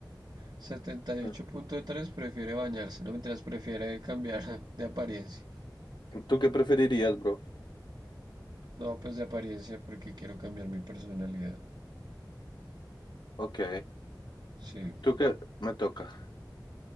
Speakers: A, on the right; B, on the left.
A: 78.3
B: Ah,
A: prefiere bañarse. No, mientras prefiere cambiar <laughs> de apariencia.
B: ¿Tú qué preferirías, bro?
A: No, pues de apariencia porque quiero cambiar mi personalidad.
B: Ok.
A: Sí.
B: ¿Tú qué me toca?